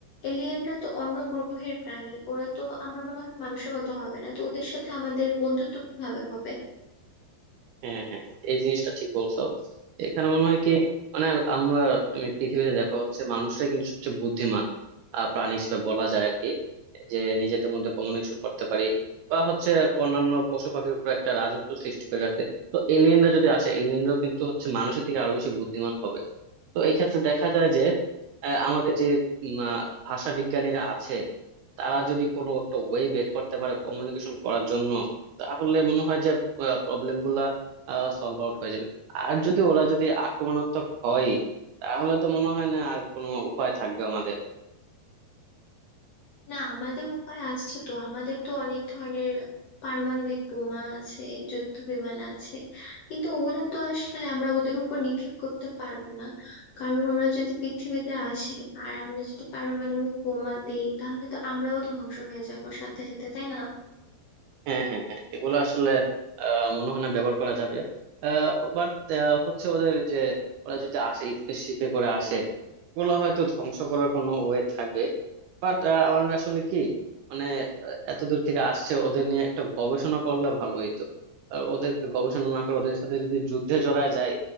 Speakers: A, on the left; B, on the right.
A: এলিয়েনরা তো অন্য গ্রহের প্রাণী ওরা তো আমার মনে হয় মানুষের মতো হবে না তো ওদের সাথে আমাদের বন্ধুত্ব কিভাবে হবে
B: হ্যাঁ হ্যাঁ এই জিনিসটা ঠিক বলছো এখানে মনে হয় কি মানে আমরা তুমি পৃথিবীতে দেখো হচ্ছে মানুষটা কিন্তু সবচেয়ে বুদ্ধিমান আহ, প্রাণী হিসেবে বলা যায় আর কি যে নিজেদের মধ্যে কমিউনিকেশন করতে পারি বা হচ্ছে অন্যান্য পশু পাখির উপর একটা রাজত্ব সৃষ্টি করে রাখতে তো এলিয়েনরা যদি আসে এলিয়েনরাও কিন্তু হচ্ছে মানুষের থেকে আরো বেশি বুদ্ধিমান হবে তো এই ক্ষেত্রে দেখা যায় যে আহ, আমাদের যে উম, আহ, ভাষা বিজ্ঞানীরা আছে তারা যদি কোনো একটা ওয়ে বের করতে পারে কমিউনিকেশন করার জন্য তাহলে মনে হয় যে প্রবলেম সলভ আউট হয়ে যাবে আর যদি ওরা যদি আক্রমণাত্মক হয় তাহলে তো মনে হয় না আর কোনো উপায় থাকবে আমাদের
A: না আমাদের উপায় আছে তো আমাদের তো অনেক ধরনের পারমাণবিক বোমা আছে যুদ্ধ বিমান আছে কিন্তু ওগুলা তো আসলে আমরা ওদের উপর নিক্ষেপ করতে পারবো না কারণ ওরা যদি পৃথিবীতে আসে আর আমরা যদি পারমাণবিক বোমা দেই তাহলে তো আমরাও ধ্বংস হয়ে যাবো সাথে সাথে তাই না
B: হ্যাঁ হ্যাঁ হ্যাঁ এগুলো আসলে আহ, মনে হয় না ব্যবহার করা যাবে বাট হচ্ছে ওদের যে ওরা যদি আসে স্পেসশিপে করে আসে ওগুলো হয়তো ধ্বংস করার কোনো ওয়ে থাকবে বাট আমার আসলে কি মানে আহ, এত দূর থেকে আসছে ওদের নিয়ে একটা গবেষণা করলে ভালো হইতো আহ, ওদেরকে গবেষণা না করে ওদের সাথে যদি যুদ্ধে জড়ায় যায়